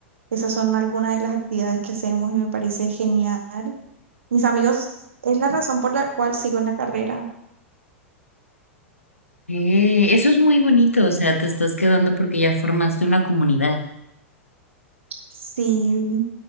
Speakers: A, on the right (about 70°); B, on the left (about 90°).
A: Esas son algunas de las actividades que hacemos y me parece genial. Mis amigos, es la razón por la cual sigo en la carrera.
B: Eh, eso es muy bonito, o sea, te estás quedando porque ya formaste una comunidad.
A: Sí,